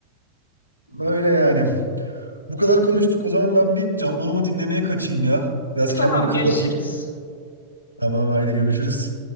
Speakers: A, on the left; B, on the left.
A: Öyle yani. Bu kadar konuştuk. O zaman ben bir Can Bonomo dinlemeye kaçayım ya. Biraz
B: <laughs>
A: kendimi
B: tamam
A: kapatayım.
B: görüşürüz
A: Tamam haydi görüşürüz.